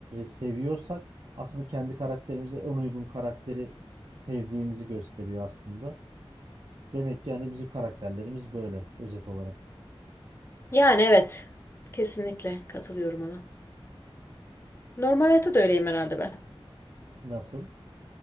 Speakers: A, on the right; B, on the left.
A: seviyorsak aslında kendi karakterimize en uygun karakteri sevdiğimizi gösteriyor aslında. Demek ki yani bizim karakterlerimiz böyle özet olarak.
B: Yani evet. Kesinlikle katılıyorum ona. Normal hayatta da öyleyim herhalde ben.
A: Nasıl?